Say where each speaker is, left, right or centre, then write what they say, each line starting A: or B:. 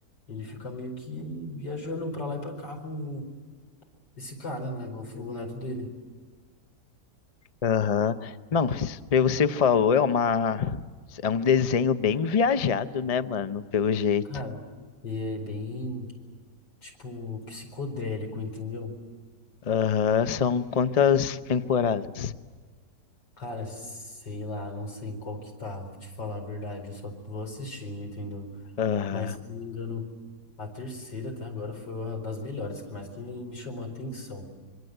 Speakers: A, on the left; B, on the left.
A: Ele fica meio que viajando pra lá e pra cá com esse cara, né? Com o neto dele.
B: Aham. Não, pelo que você falou, é uma. É um desenho bem viajado, né, mano? Pelo jeito.
A: Cara, e é bem. tipo, psicodélico, entendeu?
B: Aham, são quantas temporadas?
A: Cara, sei lá, não sei em qual que tá, pra te falar a verdade, eu só vou assistindo, entendeu?
B: Aham.
A: Mas, se não me engano, a terceira até agora foi uma das melhores, que mais que me chamou a atenção.